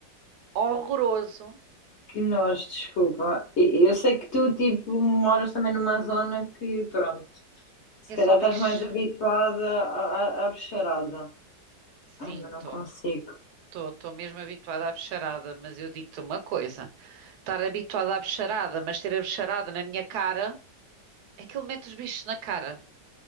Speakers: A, on the right; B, on the left.
A: horroroso.
B: Que nós, desculpa. E- Eu sei que tu, tipo, moras também numa zona que, pronto, se
A: É
B: calhar
A: só
B: estás
A: bicho.
B: mais habituada à, à, à bicharada.
A: Sim,
B: Ai, mas
A: estou.
B: não consigo.
A: Estou mesmo habituada à bicharada, mas eu digo-te uma coisa: estar habituada à bicharada, mas ter a bicharada na minha cara, aquilo mete os bichos na cara.